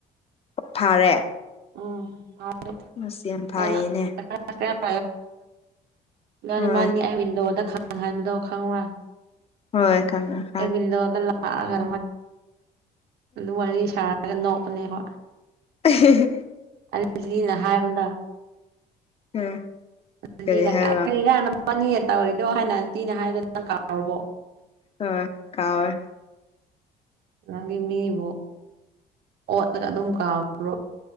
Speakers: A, on the left; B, on the right.
A: ꯐꯥꯔꯦ
B: ꯎꯝ ꯐꯔꯦ
A: ꯑꯁ ꯌꯥꯝ ꯐꯩꯌꯦꯅꯦ
B: ꯑꯩꯅ <unintelligible> ꯃꯥꯅ
A: ꯍꯣꯏ
B: ꯃꯥꯅꯤ ꯑꯩ ꯋꯤꯟꯗꯣꯗ ꯈꯪꯉꯟ ꯕꯗꯣ ꯈꯪꯕ꯭ꯔ
A: ꯍꯣꯏ ꯈꯪꯉꯦ ꯈꯪ
B: ꯑꯩ <unintelligible> ꯂꯥꯛꯑꯒ ꯑꯗꯨ ꯋꯥꯔꯤ ꯁꯥꯔꯒ ꯅꯣꯛꯄꯅꯦꯕ
A: <unintelligible>
B: ꯑꯖꯤꯅ ꯍꯥꯏꯕꯂ
A: ꯎꯝ
B: ꯑꯟꯇꯤꯅ
A: ꯀꯔꯤ ꯍꯥꯏꯕ
B: ꯀꯔꯤꯔ ꯅꯕꯅꯤꯅ ꯇꯧꯔꯤꯗꯣ ꯍꯥꯏꯅ ꯑꯟꯇꯤꯅ ꯍꯥꯏꯕꯗꯣ ꯀꯥꯎꯔꯕꯣ
A: ꯍꯣꯏ ꯀꯧꯋꯦ
B: ꯅꯪꯗꯤ ꯃꯤꯕꯨ ꯑꯣꯠꯂꯒ ꯑꯗꯨꯝ ꯀꯥꯎꯕ꯭ꯔꯣ